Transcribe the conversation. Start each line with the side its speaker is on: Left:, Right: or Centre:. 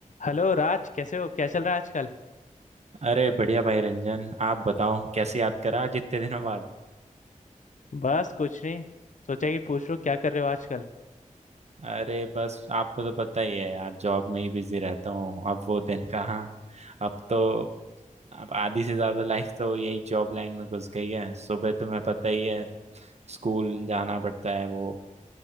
Left: Hello Raj कैसे हो क्या चल रहा है आजकल
Right: अरे बढ़िया भाई रंजन आप बताओ कैसे याद करा आज इतने दिनों बाद
Left: बस कुछ नहीं सोचा कि पूछ लो क्या कर रहे हो आजकल
Right: अरे बस आपको तो पता ही है आप जॉब में ही बिजी रहता हूँ अब वो दिन कहाँ अब तो अब आधी से ज्यादा लाइफ तो यही जॉब लाइन में घुस गई है सुबह तुम्हें पता ही है स्कूल जाना पड़ता है वो